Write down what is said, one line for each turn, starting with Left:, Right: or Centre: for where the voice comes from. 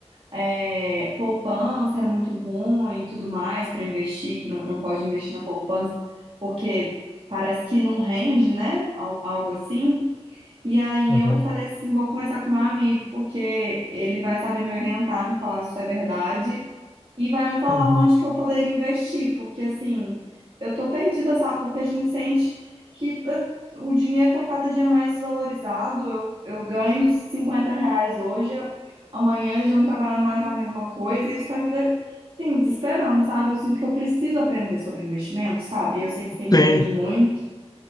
Right: é, poupança é muito ruim e tudo mais para investir, que não, não pode investir na poupança, porque parece que não rende, né? Al- Algo assim. E aí
Left: Uhum.
Right: eu falei assim, vou conversar com meu amigo, porque ele vai saber me orientar, me falar se isso é verdade e vai me falar
Left: Uhum.
Right: onde que eu poderia investir, porque assim, eu tô perdida, sabe? Porque a gente sente que eh, o dinheiro tá cada dia mais desvalorizado eu, eu ganho 50 reais hoje, a- amanhã ele já não tá valendo mais a mesma coisa, e isso tá me, de- assim, desesperando, sabe? Eu sinto que eu preciso aprender sobre investimento, sabe? Eu sei que você entende
Left: Sim.
Right: muito.